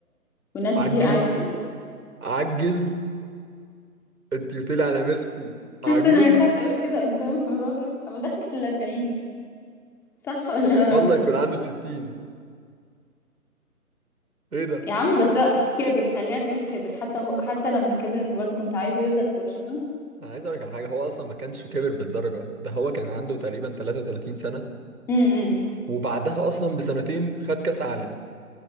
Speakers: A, in the centre; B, on the right.
A: وناس
B: عجز
A: كتير قعدت تقول
B: عجز انت بتقولي على ميسي عجوز
A: حاسه ان ما ينفعش اقول كده قدام <laughs> راجل أنا داخل في الاربعين صح ولا انا بهبل
B: والله يكون عنده 60 ايه ده
A: يا عم بس هو كبر خلينا نقول كبر حتى هو حتى لما كبر انت برضو كنت عايزه يفضل في برشلونة
B: انا عايز اقول لك على حاجه هو اصلا ما كانش كبر بالدرجه ده هو كان عنده تقريبا 33 سنه
A: امم
B: وبعدها اصلا بسنتين خد كاس عالم